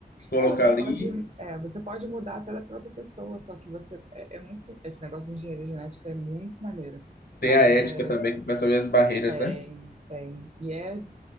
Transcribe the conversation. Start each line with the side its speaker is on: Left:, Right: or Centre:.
Left: Colocar
Right: É, você
Left: ali.
Right: pode, é, você pode mudar até da própria pessoa, só que você, é, é muito, esse negócio de engenharia genética é muito maneiro.
Left: Tem
Right: Mas
Left: a ética
Right: é,
Left: também, que começa a ver as barreiras,
Right: tem,
Left: né?
Right: tem. E é,